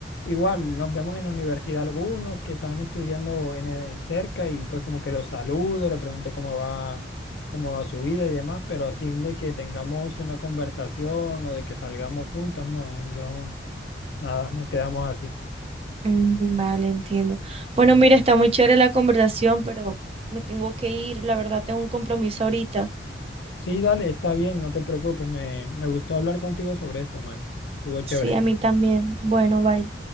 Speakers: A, on the left; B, on the right.
A: igual nos vemos en la universidad algunos que están estudiando en el- cerca y pues como que los saludo, le pregunto cómo va, cómo va su vida y demás, pero así de que tengamos una conversación o de que salgamos juntos, no, yo, nada, no quedamos así.
B: Mm, Vale, entiendo. Bueno, mira, está muy chévere la conversación, pero me tengo que ir, la verdad, tengo un compromiso ahorita.
A: Sí, dale, está bien, no te preocupes, me, me gustó hablar contigo sobre esto, man, estuvo chévere.
B: Sí, a mí también. Bueno, vale.